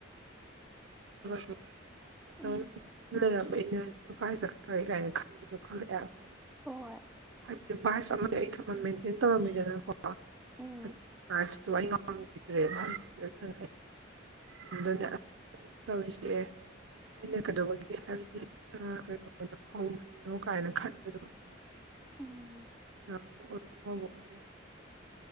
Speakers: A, on the right; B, in the centre.
A: <inaudible> <inaudible>
B: ꯎꯝ ꯍꯣꯏ꯫
A: <inaudible>
B: ꯎꯝ
A: <inaudible> ꯗꯅꯦ ꯑꯁ ꯀꯩꯅꫭ ꯇꯧꯔꯤꯁꯦ ꯑꯩꯅ ꯀꯩꯗꯧꯕꯒꯤ ꯍꯥꯏꯕꯗꯤ ꯑ ꯀꯩꯅꯣꯗꯣ ꯍꯧꯗ꯭ꯔꯤꯅꯣ ꯀꯥꯏꯅ ꯈꯟꯕꯗꯣ ꯈꯪꯕ꯭ꯔꯥ꯫
B: ꯎꯝ
A: <inaudible>